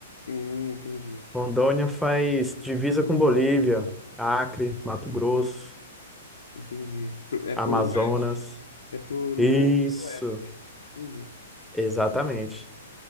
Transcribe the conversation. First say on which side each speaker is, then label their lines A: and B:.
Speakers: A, on the left (about 75°); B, in the centre.
A: Hum, entendi.
B: Rondônia faz divisa com Bolívia, Acre, Mato Grosso,
A: Entendi. Pro- É
B: Amazonas.
A: pro oeste. É pro noroeste.
B: Isso,
A: Entendi.
B: exatamente.